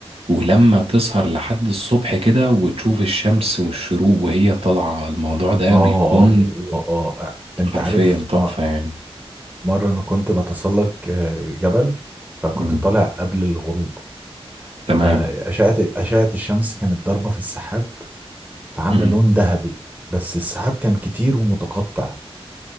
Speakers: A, on the right; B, on the right.
A: ولما تسهر لحد الصبح كده وتشوف الشمس والشروق وهي طالعة الموضوع ده
B: آه
A: بيكون
B: آه آه آه أنت
A: حرفيا
B: عارف
A: تحفة
B: م-
A: يعني
B: مرة أنا كنت بتسلق آه، جبل فكنت
A: امم
B: طالع قبل الغروب
A: تمام
B: فأشعة أشعة الشمس كانت ضاربة في السحاب فعاملة
A: امم
B: لون ذهبي بس السحاب كان كتير ومتقطع